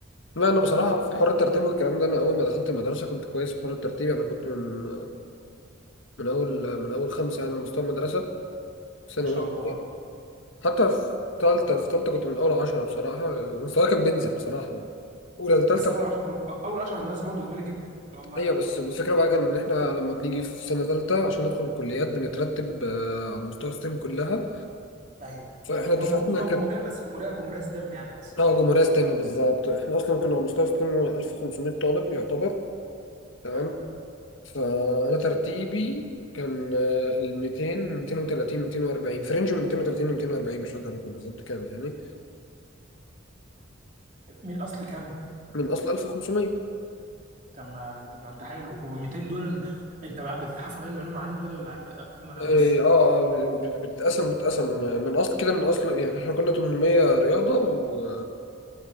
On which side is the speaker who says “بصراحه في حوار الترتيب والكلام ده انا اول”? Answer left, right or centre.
Left